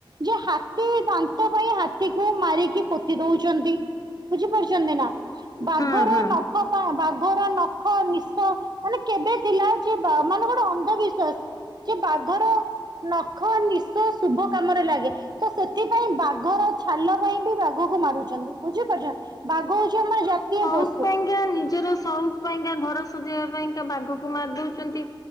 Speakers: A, on the right (about 55°); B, on the left (about 45°).
A: ଯେ ହାତୀ ଦାନ୍ତ ପାଇଁ ହାତୀକୁ ମାରିକି ପୋତି ଦୋଉଚନ୍ତି। ବୁଝିପାରୁଛନ୍ତି ନା ବାଘର
B: ହୁଁ ହୁଁ।
A: ନ ବାଘର ନଖ ନିଶ ମାନେ କେବେ ଥିଲା ଯେ ମାନେ ଗୋଟେ ଅନ୍ଧବିଶ୍ଵାସ। ଯେ ବାଘର ନଖ ନିଶ ଶୁଭ କାମରେ ଲାଗେ। ତ ସେଥିପାଇଁ ବାଘର ଛାଲ ପାଇଁ ବି ବାଘକୁ ମାରୁଛନ୍ତି ବୁଝିପାରୁଛଛନ୍ତି। ବାଘ ହୋଉଚି ଆମର ଜାତୀୟ ପ
B: ସେଇ ପାଇଁକା ନିଜର ସାଉଣ୍ଟ୍। ପାଇଁକା ଘର ସଜେଇବା ପାଇଁକା ବାଘକୁ ମାରି ଦଉଛନ୍ତି